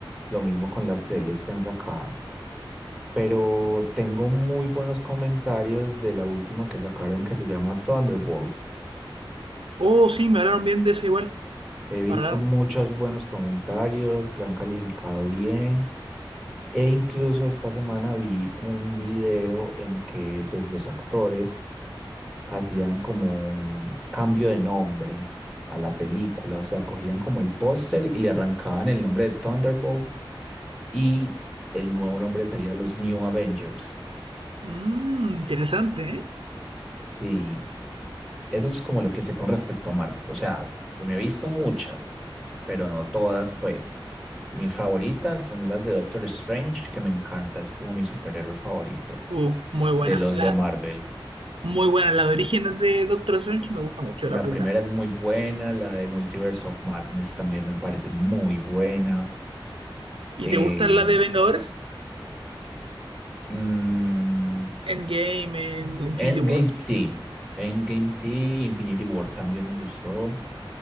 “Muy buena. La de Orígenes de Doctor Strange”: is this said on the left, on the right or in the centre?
Right